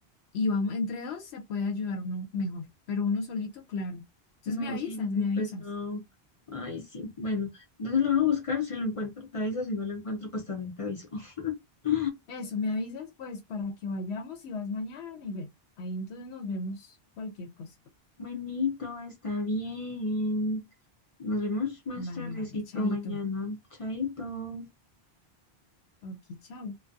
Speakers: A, on the left; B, on the left.
A: Y vamos, entre dos se puede ayudar uno mejor, pero uno solito, claro. Entonces
B: No,
A: me avisas,
B: sí, muy
A: me
B: pesado.
A: avisas.
B: Ay, sí. Bueno, entonces lo voy a buscar. Si lo encuentro, te aviso. Si no lo encuentro, pues también te aviso. <gasps> <sighs>
A: Eso, me avisas pues para que vayamos y vas mañana y bueno, ahí entonces nos vemos cualquier cosa.
B: Buenito, está bien. Nos vemos más
A: Vale,
B: tardecito
A: vale, chaito.
B: mañana. Chaito.
A: Ok, chao.